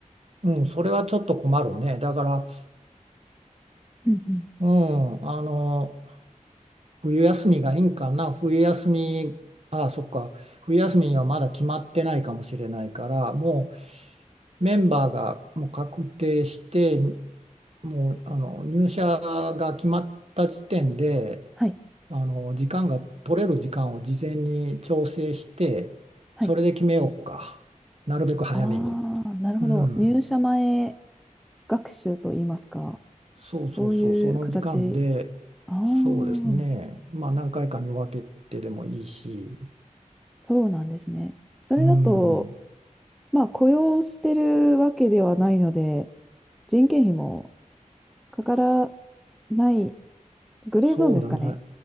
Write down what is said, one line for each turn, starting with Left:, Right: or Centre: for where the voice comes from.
Right: うん、それはちょっと困るね。だから、
Centre: うんうん。
Right: うん、あの、冬休みがいいんかな。冬休み、ああ、そっか。冬休みにはまだ決まってないかもしれないから、もう、メンバーがもう確定して、もうあの入社が決まった時点で、
Centre: はい。
Right: あの時間が取れる時間を事前に調整して、
Centre: はい。
Right: それで決めようか、なるべく早めに。
Centre: ああ、なるほど。
Right: うん、
Centre: 入社前学習といいますか、
Right: そうそうそう、
Centre: そういう形。
Right: その時間で、
Centre: ああ、
Right: そうですね、まあ何回かに分けてでもいいし、
Centre: そうなんですね。それだと、
Right: うん、
Centre: まあ、雇用してるわけではないので、人件費もかからないグレーゾーンですかね。
Right: そうだね、